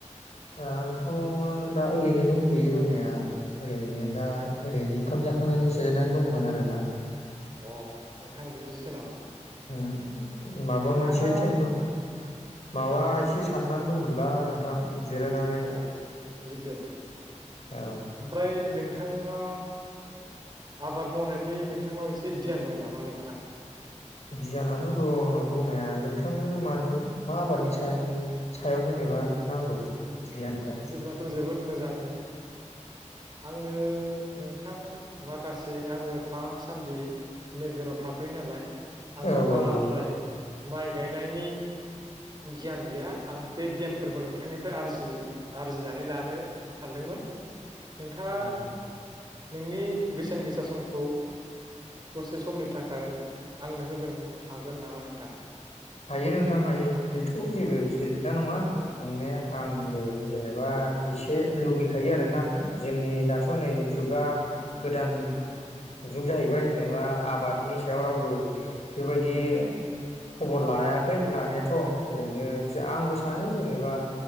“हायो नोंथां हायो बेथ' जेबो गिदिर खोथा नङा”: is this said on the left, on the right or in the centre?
Left